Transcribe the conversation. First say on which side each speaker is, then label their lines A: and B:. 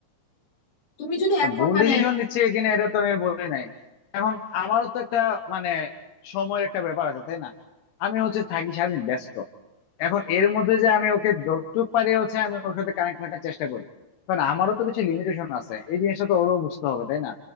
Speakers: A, on the left; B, on the left.
A: তুমি যদি এখন
B: ভুল
A: মানে
B: ডিসিশন নিচ্ছে কিনা এটা তো আমি বলি নাই এখন আমারও তো একটা মানে সময়ের একটা ব্যাপার আছে তাই না আমি হচ্ছে থাকি সারাদিন ব্যস্ত এখন এর মধ্যে যে আমি ওকে যতটুকু পারি হচ্ছে আমি ওর সাথে কানেক্ট থাকার চেষ্টা করি কারণ আমারও তো কিছু লিমিটেশন আছে এই জিনিসটা তো ওরও বুঝতে হবে তাই না